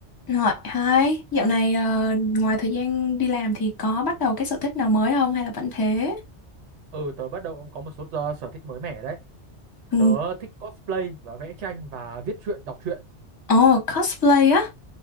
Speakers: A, on the left (about 20°); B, on the right (about 75°).
A: Rồi, hai, dạo này ờ, ngoài thời gian đi làm thì có bắt đầu cái sở thích nào mới không hay là vẫn thế?
B: Ừ, tớ bắt đầu cũng có một số uh, sở thích mới mẻ đấy.
A: Ừ,
B: Tớ thích cosplay và vẽ tranh và viết truyện, đọc truyện.
A: Ồ, cosplay á.